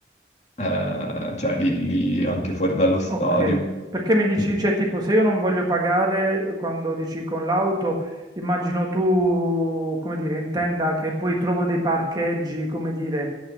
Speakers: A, on the left (about 40°); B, on the right (about 20°).
A: eh, eh, cioè, lì, lì anche fuori dallo stadio.
B: Ok, perché mi dici,
A: Mm.
B: cioè tipo se io non voglio pagare quando dici con l'auto, immagino tu, come dire, intenda che poi trovo dei parcheggi, come dire,